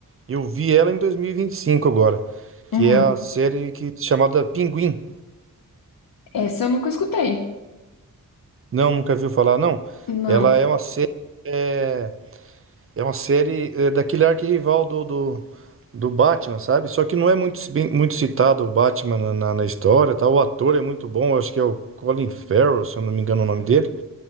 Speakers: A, on the right (about 40°); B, on the left (about 80°).
A: Eu vi ela em 2025 agora, que
B: Uhum.
A: é a série que chamada Pinguim.
B: Essa eu nunca escutei.
A: Não, nunca viu falar, não.
B: Não.
A: Ela é uma série, é, é uma série é, daquele arquirrival do, do, do Batman, sabe? Só que não é muito, bem- muito citado o Batman na, na, na história, tá? O ator é muito bom, eu acho que é o Colin Farrell, se eu não me engano o nome dele.